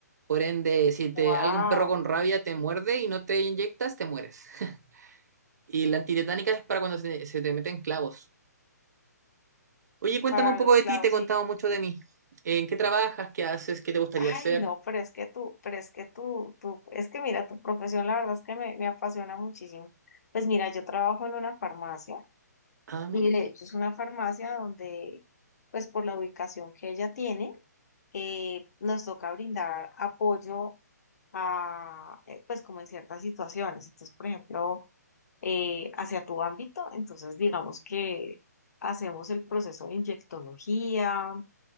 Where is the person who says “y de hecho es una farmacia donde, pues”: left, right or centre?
Left